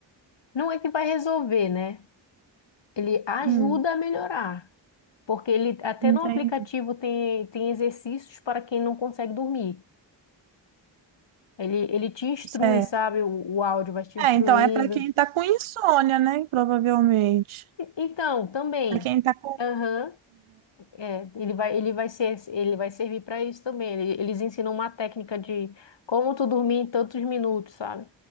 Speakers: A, on the left (about 65°); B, on the right (about 85°).
A: não é que vai resolver, né? Ele ajuda
B: Hum,
A: a melhorar, porque ele até
B: entendi.
A: no aplicativo tem, tem exercícios para quem não consegue dormir. Ele, ele te instrui,
B: Certo.
A: sabe? O, o áudio vai te instruindo.
B: É, então é para quem tá com insônia, né? Provavelmente.
A: E- Então, também.
B: Para quem tá com.
A: Aham. É, ele vai, ele vai ser, ele vai servir para isso também. Ele- Eles ensinam uma técnica de como tu dormir em tantos minutos, sabe?